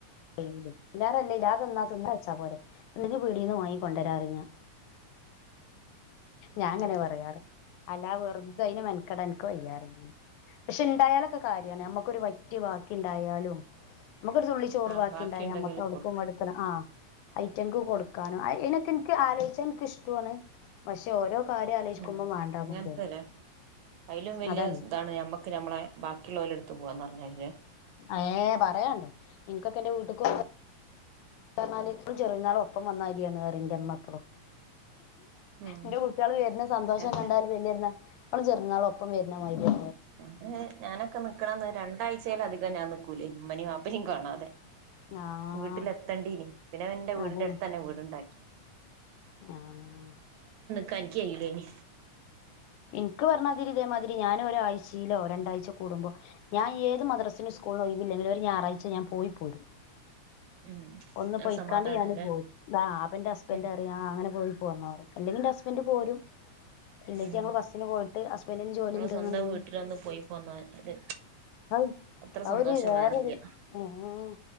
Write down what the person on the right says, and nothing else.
ഉം
ഉം
ആഹ്
ഉണ്ടെങ്കിൽ
കൊടുക്കണം
ഉം
അങ്ങനത്തെല്ലേ
അയിലും വല്യ
ഇതാണ് ഞമ്മക്ക് ഞമ്മളെ ബാക്കിയുള്ളോല് എടുത്ത് പോവാന്ന് പർഞ്ഞയ്ലേ
ഉം
നേരത്തന്നെ
ഞാന് ഞാനൊക്കെ നിക്ക്ണന്ന് രണ്ടായ്ച്ചേലധികം ഞാൻ നിക്കൂലേനി ഇമ്മനിം വാപ്പനിം കാണാ തെ
വീട്ട്ലെത്തെണ്ടീനി പിന്നെ ഞാൻ ഇന്റെ വീട്ന്റെ
അട്ത്തെന്നെ വീട്ണ്ടാക്കി
ക്കാൻ ൻക്ക് കെയ്യൂലേനി
ഉം
ഒരു
സമാധാനാല്ലേ
ഉം
ഉം
നമ്മളെ
സ്വന്തം വീട്ടിലൊന്ന് പോയി പോന്നാല്
അത്ര
സന്തോഷം
വേറില്ല